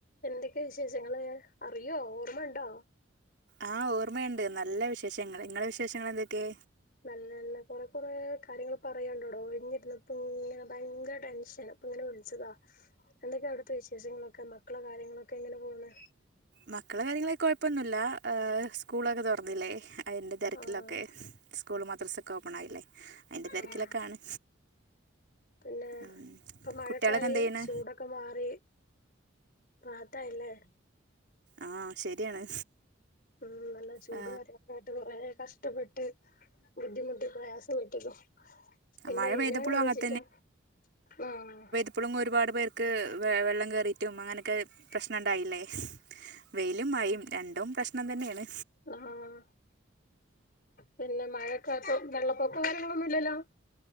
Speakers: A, on the left; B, on the right.
A: എന്തൊക്കെ വിശേഷങ്ങള് അറിയോ ഓർമ്മണ്ടോ
B: ആഹ് ഓർമ്മയുണ്ട് നല്ല വിശേഷങ്ങള് നിങ്ങളെ വിശേഷങ്ങള് എന്തക്കെ
A: നല്ലല്ല കൊറെ കൊറെ കാര്യങ്ങള് പറയാൻണ്ടടോ ഒഴിഞ്ഞിരുന്നപ്പങ്ങനെ ഭയങ്കര ടെൻഷനും ഇങ്ങനെ വിളിച്ചതാ എന്തൊക്കെ അവിടത്തെ വിശേഷങ്ങളൊക്കെ മക്കളെ കാര്യങ്ങളൊക്കെ എങ്ങനെ പോണ്
B: മക്കളെ കാര്യങ്ങളൊന്നും കൊഴപ്പൊന്നുല്ല സ്കൂളൊക്കെ തൊറന്നില്ലേ അയ്ൻ്റെ തെരക്കിലൊക്കെ
A: ആഹ്
B: സ്കൂള് മദ്രസൊക്കെ ഓപ്പണായില്ലേ അയിന്റെ തെരക്കിലൊക്കെ
A: ആഹ്
B: ആണ്
A: പിന്നെ
B: ഉം.
A: ഇപ്പൊ മഴക്കായി
B: കുട്ടികളൊക്കെ എന്ത് ചെയ്യണ്
A: ചൂടൊ ക്കെ മാറി റാഹത്തായി ഇല്ലേ
B: ആഹ് ശരിയാണ്
A: ഉം നല്ല ചൂട്
B: ആ,
A: വരയൊക്കായിട്ട് കൊറെ കഷ്ടപ്പെട്ട് ബുദ്ധിമുട്ട് പ്രയാസപ്പെട്ടല്ലോ പിന്നെ
B: മഴ പെയ്തപ്പോഴും
A: ഞാനന്താച്ചിട്ടാ
B: അങ്ങനെ
A: ആഹ്
B: ഇപ്പളും ഒരുപാട് പേർക്ക് വെള്ളം കേറിട്ടും അങ്ങനെയൊക്കെ പ്രശ്നം ണ്ടായില്ലേ വെയിലും മഴയും രണ്ടും പ്രശ്നം തന്നെയാണ്
A: ആഹ് പിന്നെ മഴക്കത്ത് വെള്ളപ്പൊക്ക കാര്യങ്ങളൊന്നുല്ലല്ലോ